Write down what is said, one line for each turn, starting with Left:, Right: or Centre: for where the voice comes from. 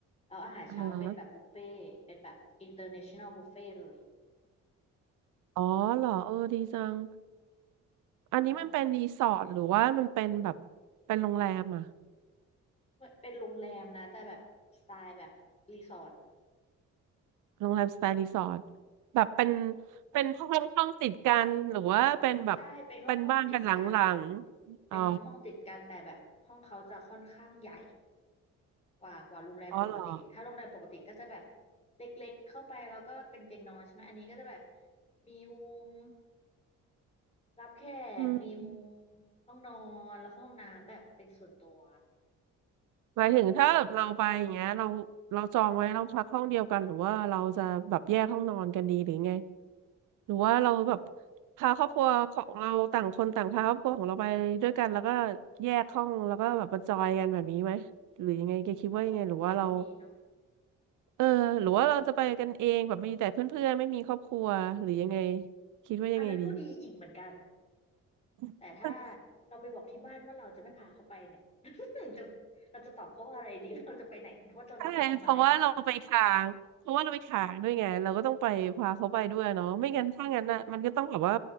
Left: แล้วอาหารเช้าเป็นแบบบุฟเฟ่ต์เป็นแบบ
Right: เออ
Left: international buffet เลย
Right: อ๋อเหรอเออดีจังอันนี้มันเป็นรีสอร์ทหรือว่ามันเป็นแบบ
Left: แบบ
Right: เป็นโรงแรมอ่ะ
Left: เหมือนเป็นโรงแรมนะแต่แบบสไตล์แบบรีสอร์ท
Right: โรงแรมสไตล์รีสอร์ทแบบเป็นเป็นห้องห้องติดกันหรือว่าเป็นแบบเป็นบ้านเป็นหลังๆอ๋อ
Left: ใช่เป็นห้องห้องติดกันเป็นห้องห้องติดกันแต่แบบห้องเขาจะค่อนข้างใหญ่ กว่ากว่าโรงแรมปกติถ้าโรงแรมปกติก็จะแบบ
Right: อ๋อเหรอ
Left: เล็กๆเข้าไปแล้วก็เป็นเตียงนอนใช่ไหมอันนี้ก็จะแบบมีมุมรับแขกมีมุม
Right: อืม
Left: ห้องนอนแล้วก็ห้องน้ำแบบเป็นส่วนตัว
Right: หมายถึงถ้าแบบเราไปอย่างเงี้ยเราเราจองไว้เราพักห้องเดียวกันหรือว่าเราจะแบบแยกห้องนอนกันดีหรือไงหรือว่าเราแบบพาครอบครัวของเราต่างคนต่างพาครอบครัวของเราไปด้วยกันแล้วก็แยกห้องแล้วก็แบบมาจอยกันแบบนี้ไหมหรือยังไงแกคิดว่ายังไงหรือว่าเรา
Left: อืมเอาครอบครัวไปก็ดีเนาะ
Right: เออหรือว่าเราจะไปกันเองแบบมีแต่เพื่อนๆไม่มีครอบครัวหรือยังไงคิดว่ายังไงดี
Left: อันนั้นก็ดีอีกเหมือนกันแต่ถ้า
Right: ใ
Left: เราไปบอกที่บ้านว่าเราจะไม่พาเขาไปเนี่ย <laughs> หนึ่งจะเราจะตอบเขาว่าอะไรดี <laughs> เราจะไปไหนว่าเราจะไปทำอะไร
Right: ช่เพราะว่าเราไปค้างเพราะว่าเราไปค้างด้วยไงเราก็ต้องไปพาเขาไปด้วยเนาะไม่งั้นถ้างั้นน่ะมันก็ต้องแบบว่า